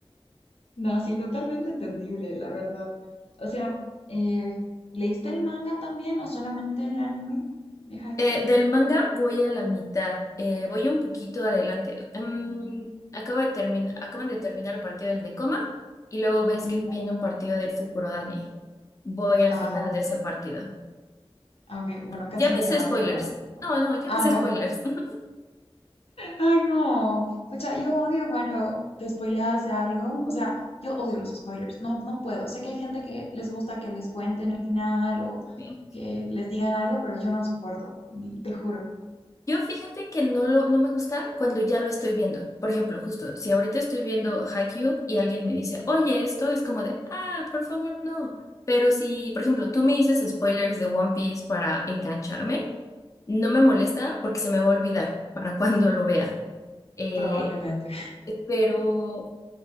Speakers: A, on the left; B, on the left.
A: No, sí, totalmente entendible, la verdad. O sea, eh, ¿leíste el manga también o solamente el anime de Haikyuu?
B: Eh, del manga voy a la mitad, eh, voy un poquito adelante. Mm, acabo de terminar, acaban de terminar el partido del Nekoma y luego ves
A: Ujú.
B: que viene un partido del Fukurodani. Voy al
A: Ah,
B: final
A: ok.
B: de ese partido.
A: Ah, ok. Bueno, casi
B: Ya
A: menciono
B: me sé spoilers.
A: algo, pero no.
B: No, no, ya
A: Ah,
B: me sé
A: no.
B: spoilers. <laughs>
A: Ay, no. Pues yo odio cuando te spoileas de algo.
B: Ujú.
A: O sea, yo odio los spoilers. No, no puedo. Sé que hay gente que les gusta que les cuenten el final o
B: Sí.
A: que les digan algo, pero yo no lo soporto. Te juro.
B: Yo fíjate que no lo, no me gusta cuando ya lo estoy viendo. Por ejemplo, justo, si ahorita estoy viendo Haikyuu y alguien me dice, oye, esto es como de, ah, por favor, no. Pero si, por ejemplo, tú me dices spoilers de One Piece para engancharme, no me molesta porque se me va a olvidar para <laughs> cuando lo vea. Eh,
A: Probablemente.
B: pero